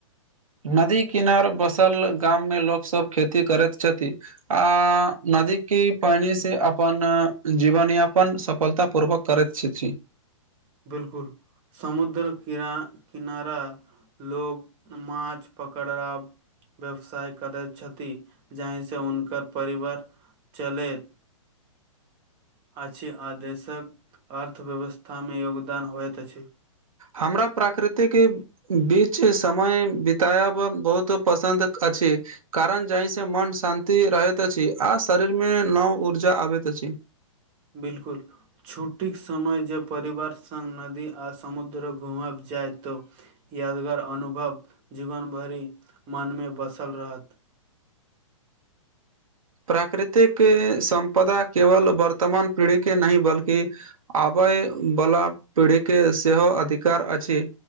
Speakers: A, on the right; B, on the right.
A: नदी किनार बसल गाम मे लोक सब खेती करैत छथि आ नदी की पानी से अपन जीवन यापन सफलता पूर्वक करैत छथि
B: बिल्कुल समुद्र किना -किनारा लोक माछ पकड़ाब व्यवसाय करैत छथि जाहिंस हुनकर परिवार चलैत अछि आ देशक अर्थव्यवस्थामे योगदान होइत अछि
A: हामरा प्राकृतिकी बीच समय बितायब बहुत पसंन्दित अछि कारण जहि सँ मन शान्ति रहैत अछि आ शरीर मे नव ऊर्जा आबैत अछि
B: बिल्कुल छुट्टीक समय जे परिवार संग नदी आ समुद्र घूमब जाय तऽ यादगार अनुभव जीवन भरि मनमे बसल रहत
A: प्राकृतिक सम्पदा केवल वर्तमान पीढ़ी के नहि बल्कि आबै बला पीढ़ी के सेहो अधिकार अछि